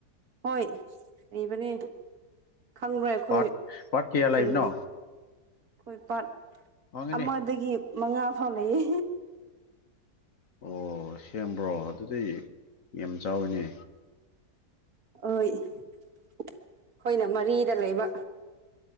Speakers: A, on the right; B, on the left.
A: ꯍꯣꯏ ꯂꯩꯕꯅꯦ ꯈꯪꯕ꯭ꯔꯥ ꯑꯩꯈꯣꯏ
B: ꯄꯥꯔꯠ ꯄꯥꯔꯠ ꯀꯌꯥ
A: ꯈꯨꯟꯒꯤ
B: ꯂꯩꯕꯅꯣ
A: ꯑꯩꯈꯣꯏ ꯄꯥꯠ
B: ꯍꯣꯡꯉꯤꯅꯦ
A: ꯑꯃꯗꯒꯤ ꯃꯉꯥ ꯐꯥꯎ ꯂꯩꯌꯦ
B: ꯑꯣ ꯁꯦꯝꯕ꯭ꯔꯣ ꯑꯗꯨꯗꯤꯩ ꯌꯥꯝ ꯆꯥꯎꯋꯤꯅꯦ
A: ꯍꯣꯏ ꯑꯩꯈꯣꯏꯅ ꯃꯔꯤꯗ ꯂꯩꯕ